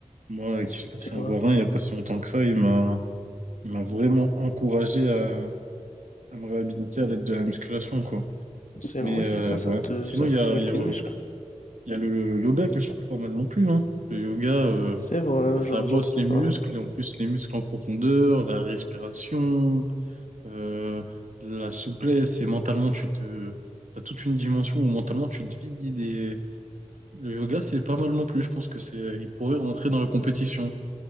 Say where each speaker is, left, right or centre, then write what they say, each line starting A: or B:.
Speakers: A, on the right; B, on the left.
A: Moi, qui suis parti
B: C'est
A: en
B: vrai.
A: voir un il n'y a pas si longtemps que ça, il m'a Il m'a vraiment encouragé à, à me réhabiliter à l'aide de la musculation, quoi.
B: C'est,
A: Mais
B: oui,
A: euh,
B: c'est ça, ça
A: ouais.
B: te,
A: Sinon,
B: ça
A: il
B: stimule
A: y a, il
B: tes
A: y a,
B: muscles.
A: il y a le, le yoga que je trouve pas mal non plus, hein. Le yoga, euh,
B: C'est vrai,
A: bah, ça
B: j'en ai
A: bosse
B: déjà entendu
A: les
B: parler.
A: muscles, et en plus les muscles en profondeur, la respiration, euh, la souplesse, et mentalement, tu te... T'as toute une dimension où mentalement, tu te vides et... Le yoga, c'est pas mal non plus. Je pense que c'est, il pourrait rentrer dans la compétition.